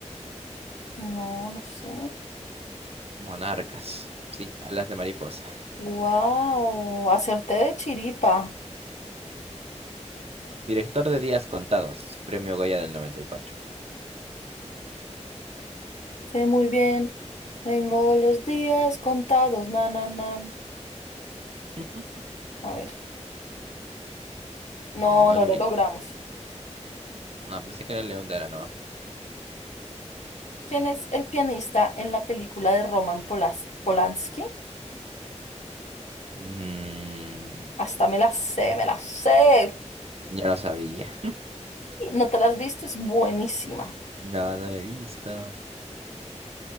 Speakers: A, on the left; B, on the right.
A: No, no sé.
B: Monarcas. Sí, alas de mariposa.
A: Wow, acerté de chiripa.
B: Director de Días Contados, Premio Goya del 94.
A: Sé muy bien. Tengo los días contados, na, na, na.
B: <laughs>
A: A ver, no,
B: Manuel
A: no lo
B: Uribe.
A: logramos.
B: No, pensé que era León de Aranoa.
A: ¿Quién es el pianista en la película de Roman Polas- Polanski?
B: Mm,
A: Hasta me la sé, me la sé.
B: ya lo sabía.
A: ¿No te la has visto? Es buenísima.
B: No, no lo he visto.